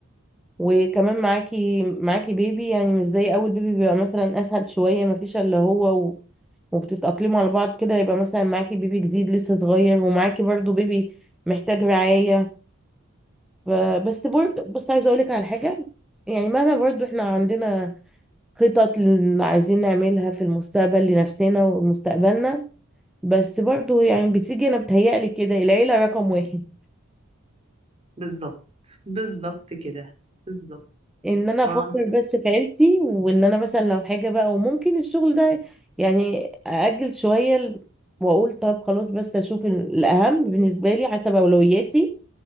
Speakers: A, in the centre; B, on the right (about 30°).
A: وكمان معاكي معاكي بيبي يعني مش زي اول بيبي بيبقى مثلا اسهل شوية ما فيش الا هو و... وبتتأقلموا على بعض كده يبقى مثلا معاكي بيبي جديد لسه صغير ومعاكي برضو بيبي محتاج رعاية ف- بس برضه بص عايزه اقول لك على حاجه يعني مهما برضه احنا عندنا خطط اللي عايزين نعملها في المستقبل لنفسنا ومستقبلنا بس برضه يعني بتيجي انا بتهيألي كده العيله رقم واحد
B: بالظبط بالظبط كده بالظبط
A: ان انا افكر
B: ما انت
A: بس في عيلتي وان انا مثلا لو حاجه بقى وممكن الشغل ده يعني ااجل شويه ل- واقول طب خلاص بس اشوف ال- الاهم بالنسبه لي حسب اولوياتي